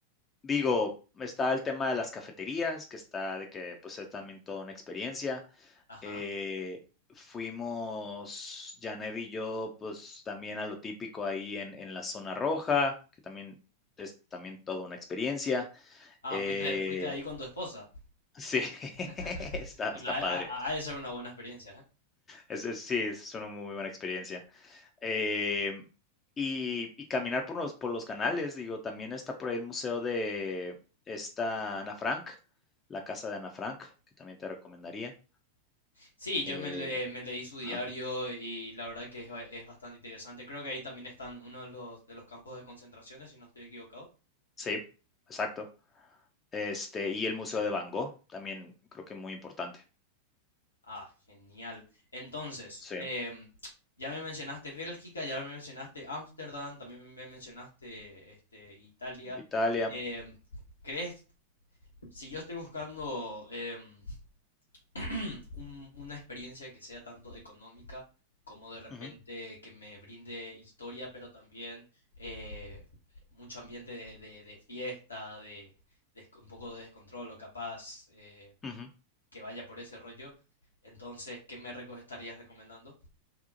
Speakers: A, on the left; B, on the left.
A: digo, está el tema de las cafeterías, que está de que, pues, es también toda una experiencia.
B: Ajá.
A: Eh, fuimos Janed y yo, pues, también a lo típico ahí en en la zona roja, que también es también toda una experiencia.
B: Ah,
A: Eh,
B: fuiste, fuiste ahí con tu esposa.
A: sí, <laughs>
B: <laughs>
A: está
B: Bueno,
A: está
B: ha,
A: padre.
B: ha- ha de ser una buena experiencia, ¿eh?
A: Es es sí, es una muy buena experiencia. Em, y y caminar por los por los canales, digo, también está por ahí el museo de esta Ana Frank, la casa de Ana Frank, que también te recomendaría.
B: Sí,
A: Eh,
B: yo me, le- me leí su diario
A: ajá,
B: y la verdad que es, ba- es bastante interesante. Creo que ahí también están uno de los, de los campos de concentraciones, si no estoy equivocado.
A: sí, exacto. Este, y el museo de Van Gogh, también creo que muy importante.
B: Ah, genial. Entonces,
A: Sí,
B: em, ya me mencionaste Bélgica, ya me mencionaste Ámsterdam, también me mencionaste este, Italia.
A: Italia.
B: Em, ¿crees, si yo estoy buscando em, <clears throat> un- una experiencia que sea tanto económica como de repente
A: Ujú,
B: que me brinde historia, pero también eh, mucho ambiente de, de- de fiesta, de, de- un poco de descontrol o capaz? eh,
A: ujú.
B: que vaya por ese rollo. Entonces, ¿qué me reco- estarías recomendando?